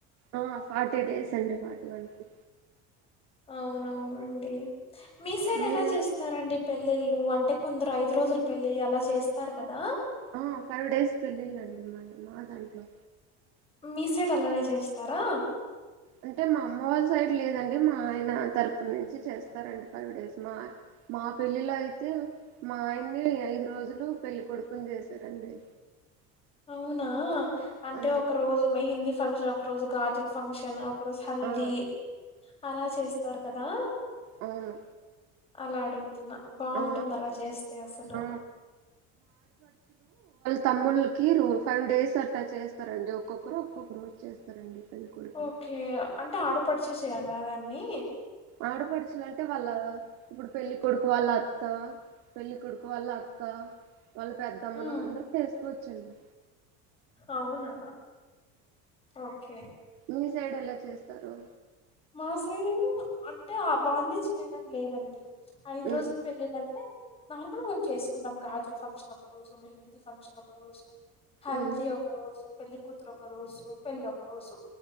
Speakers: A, on the right; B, on the left.
A: ఆ ఫార్టీ డేస్ అండి ఫార్టీ వన్ డే
B: అవున్ అవునండి మీ సైడ్ ఎలా
A: మీరు
B: చేస్తారండీ. పెళ్లిళ్ ఉ అంటే కొందరు ఐదు రోజులు పెళ్లి అలా సేస్తారు కదా
A: ఆ ఫైవ్ డేస్ పెళ్లిలండి మై మా దాంట్లో
B: మీ సైట్ అలానే చేస్తారా
A: అంటే మా అమ్మ వాళ్ళ సైడ్ లేదండి మా ఆయన తరపు నుంచి చేస్తారండి ఫైవ్ డేస్ మా మా పెళ్ళిలోయైతే మా ఆయన్ని ఐదు రోజులు పెళ్లి కొడుకుని చేసారండి
B: అవునా అంటే
A: ఆ
B: ఒక రోజు మెహేంది ఫంక్షన్ ఒక్కరోజు గాజుల ఫంక్షనో క్రొజ్ హల్ది
A: ఆ
B: అలా చేస్తారు కదా
A: అవును
B: అలా అడుగు తిన్న బావుంటుంది
A: ఆ
B: అలా చేస్తే అసలు
A: ఆ తమ్ములుకి రో ఫైవ్ డేస్ అట్టా చేస్తారండి ఒక్కొక్కరు ఒకొక్కరోజ్ చేస్తారండి పెళ్లి కొడుకు
B: ఒకే అంటే ఆడపడుచు చేయాలా అదన్ని
A: ఆడపడుచులు అంటే వాళ్ళా పెండ్లి కొడుకు వాళ్ళ అత్త పెండ్లి కొడుకు వాళ్ళ అక్క వాళ్ళ పెద్దమ్మలు
B: ఉమ్
A: అందరూ చేసుకోవచ్చండి
B: అవునా ఓకే
A: మీజ్ సైడేలా చేస్తారు
B: మా సైడు అంటే ఆ వాళ్లే చేయాలని లేదండి ఐదు రోజుల
A: ఉమ్
B: పెళ్లిళ్లు అంటే నార్మల్గా మేము చేసుకుంటాం గాజుల ఫంక్షన్ ఒక రోజు, మెహిందీ ఫంక్షన్ ఒక రోజు హల్ది
A: ఉమ్
B: ఒక రోజు పెళ్లి కూతురు ఒక రోజు పెళ్ళి ఒక రోజు